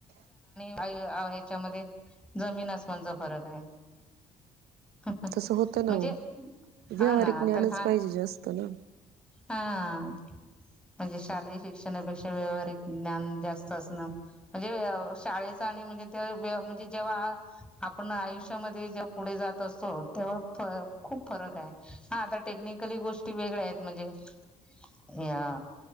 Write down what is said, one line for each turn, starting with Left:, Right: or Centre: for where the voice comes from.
Centre: आहे अस ह्याच्यामध्ये जमीन आसमानचा फरक आहे हम् हम्
Right: तसं होतं ना
Centre: म्हणजे
Right: हो
Centre: हा
Right: व्यावहारिक
Centre: ना
Right: ज्ञानच
Centre: आ तर हा
Right: पाहिजे जास्त ना
Centre: हा आ आ म्हणजे शालेय शिक्षणापेक्षा व्या व्यावहारिक ज्ञान जास्त असणं हे शाळेचा आणि म्हणजे ते म्हणजे जेव्हा आपण आयुष्यामध्ये जेव्हा पुढे जातो ते्हा खूप फरक आहे हा आता टेक्निकली गोष्टी वेगळ्या आहेत म्हणजे अरे या